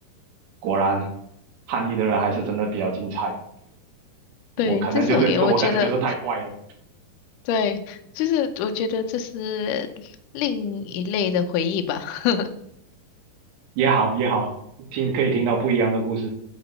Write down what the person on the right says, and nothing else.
果然，叛逆的人还是真的比较精彩。我可能就是，
可我可能就是太怪了，
也好也好，听可以听到不一样的故事。